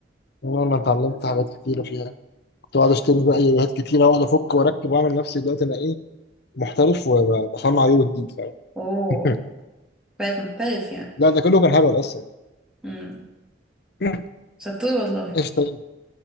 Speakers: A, on the left (about 55°); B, in the centre.
A: انا اتعلمت حاجات كتيرة فيها كنت بقعد اشتري بقى يويوهات كتيرة واقعد افك واركب واعمل نفسي دلوقتي انا ايه محترف وبصنع يويو جديد فاهم
B: اوه
A: <laughs>
B: بقيت محترف يعني
A: لا ده كله كان هبل اصلا
B: امم
A: <laughs>
B: شطور والله
A: ايش طيب